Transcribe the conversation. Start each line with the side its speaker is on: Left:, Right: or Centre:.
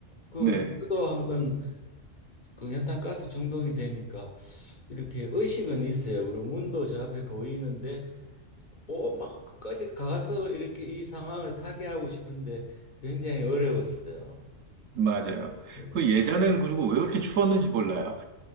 Left: 그
Right: 네,
Left: 저도 한번 그 연탄가스 중독이 되니까 이렇게 의식은 있어요. 그리고 문도 저 앞에 보이는데 오막 끝까지 가서 이렇게 이 상황을 타개하고 싶은데 굉장히 어려웠어요.
Right: 맞아요.
Left: 예.
Right: 그 예전에는 그리고 왜 그렇게 추웠는지 몰라요.